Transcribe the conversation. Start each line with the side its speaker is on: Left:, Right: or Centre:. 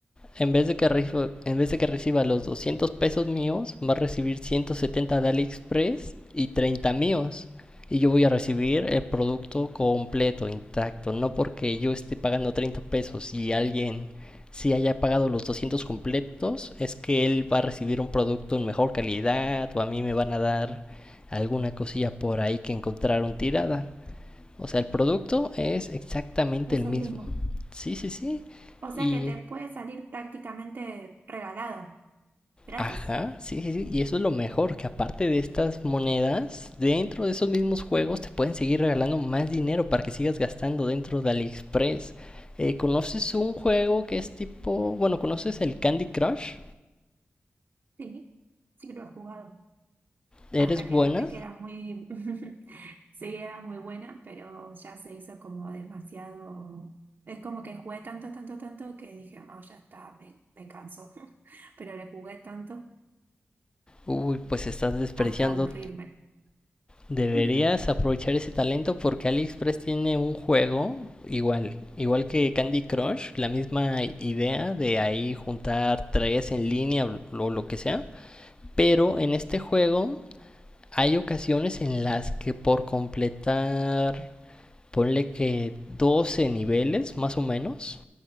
Left: En vez de que, reciba, en vez de que reciba los 200 pesos míos, va a recibir 170 de AliExpress y 30 míos. Y yo voy a recibir el producto completo, intacto. No porque yo esté pagando 30 pesos y alguien si haya pagado los 200 completos, es que él va a recibir un producto en mejor calidad o a mí me van a dar alguna cosilla por ahí que encontraron tirada. O sea, el producto es exactamente
Right: es
Left: el mismo.
Right: el mismo.
Left: Sí, sí, sí.
Right: O sea
Left: Y
Right: que te puede salir prácticamente regalado, gratis.
Left: Ajá, sí, sí, sí. Y eso es lo mejor, que aparte de estas monedas, dentro de esos mismos juegos te pueden seguir regalando más dinero para que sigas gastando dentro de AliExpress. Eh, ¿Conoces un juego que es tipo, bueno, ¿conoces el Candy Crush?
Right: Sí, sí lo he jugado.
Left: ¿Eres
Right: Hasta que
Left: buena?
Right: noté que era muy, <laughs> sí, era muy buena, pero ya se hizo como demasiado. Es como que jugué tanto, tanto, tanto que dije, no, ya está, me, me canso. <laughs> Pero le jugué tanto
Left: Uy, pues estás desperdiciando.
Right: hasta aburrirme.
Left: Deberías
Right: <laughs>
Left: aprovechar ese talento porque AliExpress tiene un juego igual, igual que Candy Crush, la misma idea de ahí juntar tres en línea o lo que sea. Pero en este juego Hay ocasiones en las que por completar, ponle que 12 niveles más o menos.